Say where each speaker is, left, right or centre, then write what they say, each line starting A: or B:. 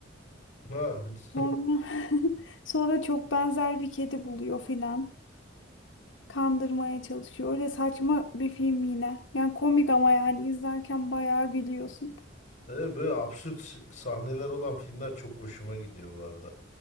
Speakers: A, on the left; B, on the left.
A: Ha. <laughs>
B: Sonra <laughs> sonra çok benzer bir kedi buluyor filan. Kandırmaya çalışıyor. Öyle saçma bir film yine. Yani komik ama yani izlerken bayağı gülüyorsun.
A: Evet, böyle absürt s- sahneler olan filmler çok hoşuma gidiyor bu arada.